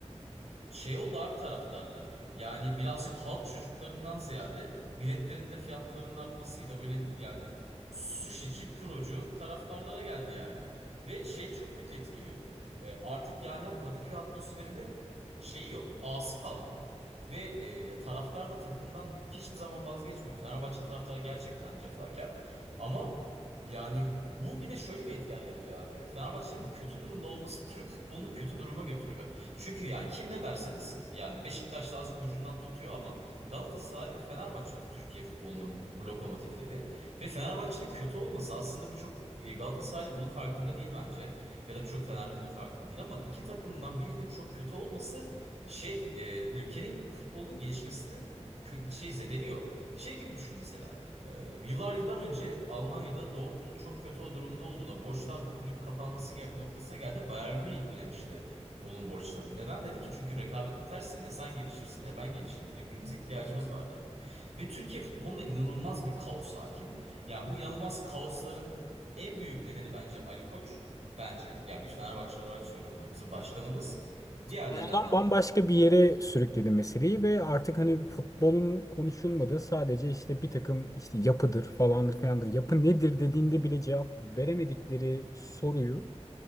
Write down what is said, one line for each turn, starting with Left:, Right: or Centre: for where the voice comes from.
Right: Şey oldu abi taraftarlar. Yani birazcık halk çocuklarından ziyade biletlerin de fiyatlarının artmasıyla böyle yani sushici, procu taraftarlara geldi yani. Ve şey çok kötü etkiliyor. E, artık yani o Kadıköy atmosferinin şeyi yok. A'sı kalmadı. Ve e, taraftar da takımdan hiçbir zaman vazgeçmiyor. Fenerbahçe taraftarı gerçekten cefakar. Ama yani bu bir de şöyle bir etken yaratıyor abi. Fenerbahçe'nin bu kötü durumda olması Türk futbolunu kötü duruma götürüyor. Çünkü yani kim ne derse desin yani Beşiktaş'ta azıcık ucundan tutuyor ama Galatasaray ve Fenerbahçe Türkiye futbolunun bu lokomotifleri ve Fenerbahçe'nin kötü olması aslında birçok e, Galatasaraylı bunun farkında değil bence ya da birçok Fenerli bunun farkında değil ama iki takımdan birinin çok kötü olması şey e, ülkenin futbolunun gelişmesini kö- şey zedeliyor. Şey gibi düşün mesela. e, yıllar yıllar önce Almanya'da Dortmund çok kötü o durumda olduğuna, borçtan kulübü kapanması gel- noktasına geldiğinde Bayern Münih ödemişti onun borçlarını. Neden dedi ki? Çünkü rekabet biterse ne sen gelişirsin ne ben gelişirim. Birbirimize ihtiyacımız var dendi. Ve Türkiye futbolunda inanılmaz bir kaos hakim. Ya bu inanılmaz kaosların en büyük nedeni bence Ali Koç. Bence ya bir Fenerbahçeli olarak söylüyorum bunu. Bizim başkanımız. Diğer
Left: Futboldan
Right: nedenler
Left: bambaşka bir yere sürükledi meseleyi ve artık hani futbolun konuşulmadığı sadece işte bir takım işte yapıdır falandır filandır yapı nedir dediğinde bile cevap veremedikleri soruyu